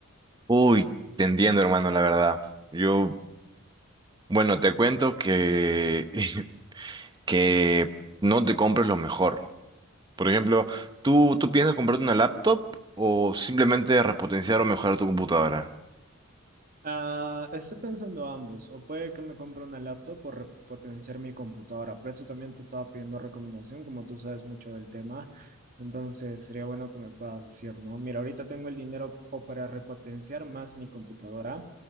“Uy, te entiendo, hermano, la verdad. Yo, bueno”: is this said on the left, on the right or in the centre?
Right